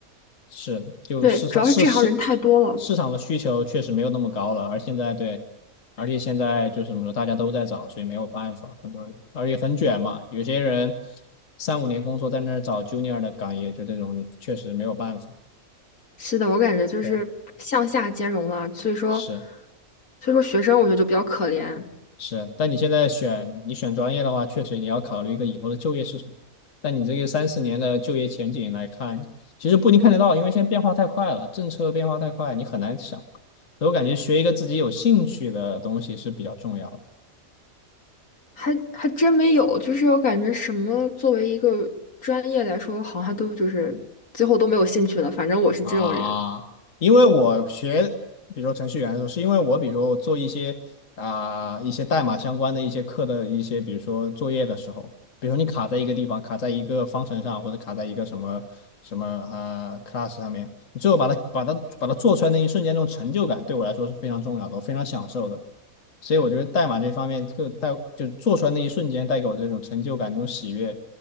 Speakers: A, on the left; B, on the left.
A: 是的，就市场市市
B: 对，主要是这行人太多了。
A: 市场的需求确实没有那么高了，而现在对，而且现在就是怎么说，大家都在找，所以没有办法，很多人，而且很卷嘛，有些人三五年工作在那儿找 junior 的岗，也就这种，你确实没有办法。
B: 是的，我感觉就是向下兼容了，
A: 对，
B: 所以说，
A: 是。
B: 所以说学生我觉得就比较可怜。
A: 是，但你现在选你选专业的话，确实你要考虑一个以后的就业是什么。但你这个三四年的就业前景来看，其实不一定看得到，因为现在变化太快了，政策变化太快，你很难想。所以我感觉学一个自己有兴趣的东西是比较重要的。
B: 还还真没有，就是我感觉什么作为一个专业来说，好像都就是最后都没有兴趣了。反正我是这种人。
A: 啊，因为我学，比如说程序员的时候，是因为我比如说我做一些啊、一些代码相关的一些课的一些，比如说作业的时候，比如说你卡在一个地方，卡在一个方程上，或者卡在一个什么什么呃 class 上面，你最后把它把它把它做出来那一瞬间，那种成就感对我来说是非常重要的，我非常享受的。所以我觉得代码这方面，就带就做出来那一瞬间带给我这种成就感、那种喜悦，